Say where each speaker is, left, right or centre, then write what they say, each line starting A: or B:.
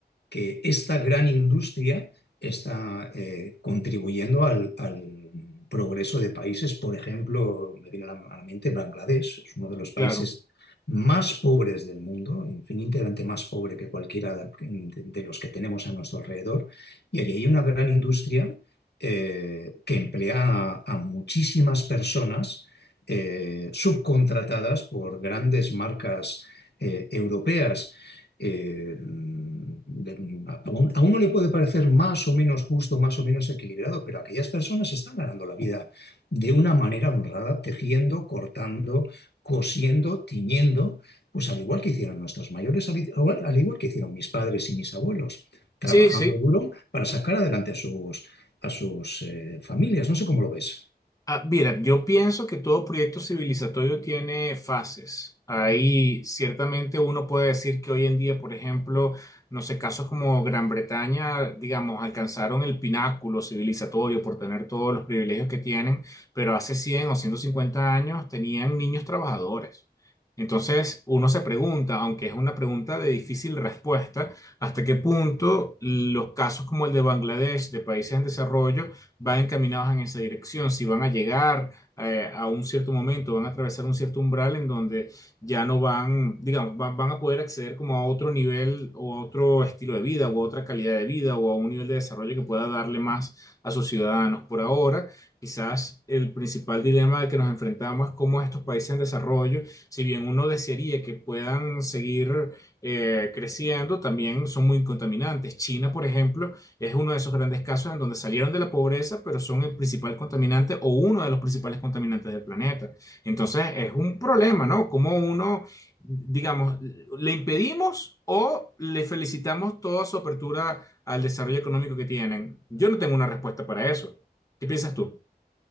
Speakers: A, on the left; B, on the left.
A: que esta gran industria está eh, contribuyendo al, al, progreso de países. Por ejemplo, me viene a la, mente Bangladesh, es uno de los países
B: Claro.
A: más pobres del mundo, infinitamente más pobre que cualquiera de, de los que tenemos a nuestro alrededor, y allí hay una gran industria eh, que emplea a, a muchísimas personas eh, subcontratadas por grandes marcas eh, europeas eh, de- a, un- a uno le puede parecer más o menos justo, más o menos equilibrado, pero aquellas personas están ganando la vida de una manera honrada, tejiendo, cortando, cosiendo, tiñendo, pues al igual que hicieron nuestros mayores, al, igual al igual que hicieron mis padres y mis abuelos, trabajando
B: Sí, sí.
A: duro para sacar adelante a sus, a sus eh, familias. No sé cómo lo ves.
B: Ah, mira, yo pienso que todo proyecto civilizatorio tiene fases. Ahí ciertamente uno puede decir que hoy en día, por ejemplo, no sé, casos como Gran Bretaña, digamos, alcanzaron el pináculo civilizatorio por tener todos los privilegios que tienen, pero hace 100 o 150 años tenían niños trabajadores. Entonces, uno se pregunta, aunque es una pregunta de difícil respuesta, hasta qué punto los casos como el de Bangladesh, de países en desarrollo, van encaminados en esa dirección, si van a llegar eh, a un cierto momento, van a atravesar un cierto umbral en donde ya no van, digamos, van, van a poder acceder como a otro nivel o a otro estilo de vida o a otra calidad de vida o a un nivel de desarrollo que pueda darle más a sus ciudadanos. Por ahora, quizás el principal dilema al que nos enfrentamos es cómo estos países en desarrollo, si bien uno desearía que puedan seguir eh, creciendo, también son muy contaminantes. China, por ejemplo, es uno de esos grandes casos en donde salieron de la pobreza, pero son el principal contaminante o uno de los principales contaminantes del planeta. Entonces es un problema, ¿no? Como uno, digamos, le impedimos o le felicitamos toda su apertura al desarrollo económico que tienen. Yo no tengo una respuesta para eso. ¿Qué piensas tú?